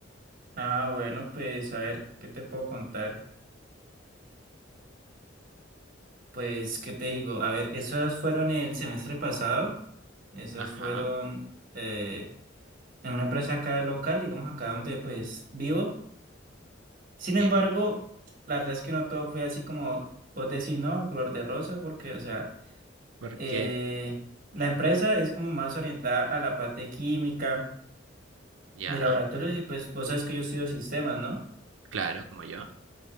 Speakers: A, on the right (about 45°); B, on the right (about 80°).
A: Ah, bueno, pues a ver, ¿qué te puedo contar? Pues, ¿qué te digo? A ver, esas fueron el semestre pasado. Esas
B: Ajá,
A: fueron eh, en una empresa acá local, digamos acá donde pues vivo. Sin
B: sí,
A: embargo, la verdad es que no todo fue así como vos decís, ¿no? Color de rosa, porque, o sea,
B: porque
A: eh, la empresa es como más orientada a la parte química
B: ya,
A: de laboratorios y pues vos sabes que yo estudio sistemas, ¿no?
B: claro, como yo.